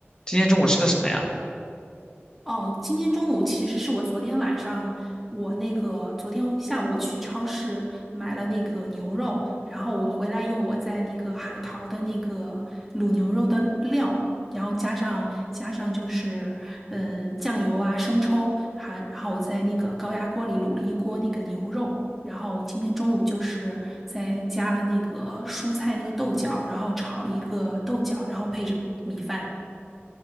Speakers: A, on the left (about 15°); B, in the centre.
A: 今天中午吃的什么呀？
B: 哦，今天中午其实是我昨天晚上，我那个昨天下午我去超市买了那个牛肉，然后我回来用我在那个海淘的那个卤牛肉的料，然后加上加上就是嗯酱油啊生抽，还然后我在那个高压锅里卤了一锅那个牛肉，然后今天中午就是再加了那个蔬菜那个豆角，然后炒了一个豆角，然后配着米饭。